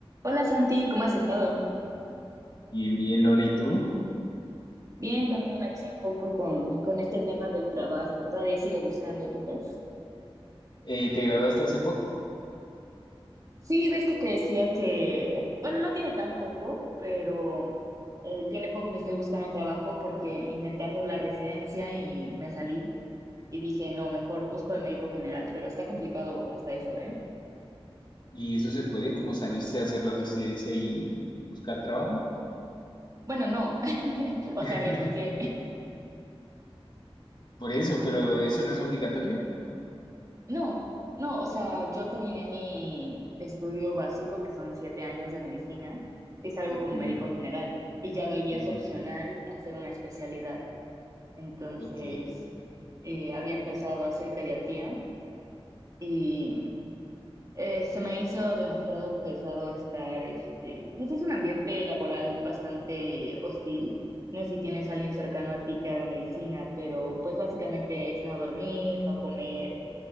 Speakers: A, on the right (about 35°); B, on the left (about 50°).
A: Hola Santi, ¿cómo has estado?
B: Bien, bien, Lore, ¿y tú?
A: Bien, también aquí un poco con, con este tema del trabajo. Todavía sigo buscando, ¿tú crees?
B: Eh, ¿te graduaste hace poco?
A: Sí, ves que te decía que, bueno, no tiene tan poco, pero eh, tiene poco que estoy buscando trabajo porque intenté hacer la residencia y me salí y dije, no, mejor busco de médico general, pero está complicado hasta eso, ¿eh?
B: ¿Y eso se puede, como salirse a hacer la residencia y buscar trabajo?
A: Bueno, no, <laughs> o
B: <laughs>
A: sea, renuncié.
B: Por eso, pero eso no es obligatorio.
A: No, no, o sea, yo terminé mi estudio básico, que son siete años de medicina, es algo
B: Ujú,
A: como médico general, y ya de ahí
B: ujú,
A: es opcional hacer una especialidad. Entonces,
B: Ok.
A: eh, había empezado a hacer pediatría y eh, se me hizo demasiado pesado estar, este, pues es un ambiente laboral bastante hostil. No sé si tienes a alguien cercano a ti que haga medicina, pero pues básicamente es no dormir, no comer